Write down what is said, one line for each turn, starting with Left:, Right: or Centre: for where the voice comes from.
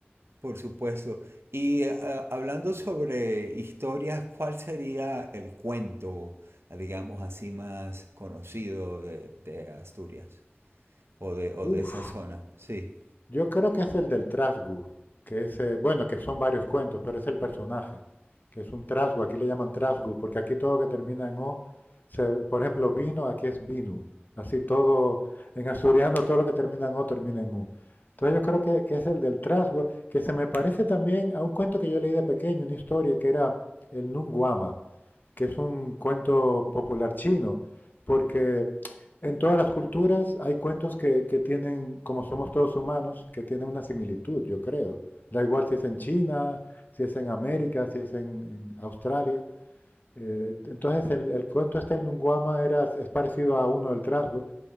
Right: Por supuesto. Y ah, hablando sobre historias, ¿cuál sería el cuento, ah, digamos así, más conocido de, de Asturias o de, o
Left: Uf,
Right: de esa zona? Sí.
Left: Yo creo que es el del trasgu, que es, eh, bueno, que son varios cuentos, pero es el personaje, que es un trasgu, aquí le llaman trasgu, porque aquí todo que termina en O, se- por ejemplo, vino, aquí es vinu, así todo, en asturiano todo lo que termina en O termina en U. Entonces yo creo que, que es el del Trasgu que se me parece también a un cuento que yo leí de pequeño, una historia que era el Nunguama, que es un cuento popular chino, porque en todas las culturas hay cuentos que, que tienen, como somos todos humanos, que tienen una similitud, yo creo. Da igual si es en China, si es en América, si es en, en Australia. Eh, entonces el, el cuento este en Lunguama era, es parecido a uno del trasgo,